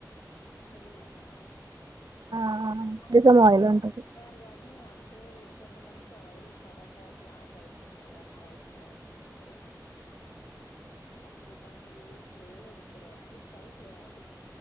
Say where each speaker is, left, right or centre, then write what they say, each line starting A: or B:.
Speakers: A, on the left; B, on the right.
A: నువ్వులనూనా
B: ఆ
A: ఆ
B: సేసన్
A: నగ్గూడ
B: ఆయిల్ అంటరు
A: చెప్పారు గాని కానీ అంటే కొంతమందికి ఆయిల్ పడక బ్లాక్ అవుతున్నారు అట్లా ఇట్లా అంటున్నారు అందుకని యూస్ చేయలేదు ఇప్పటి వరకు ట్రై చేయాలి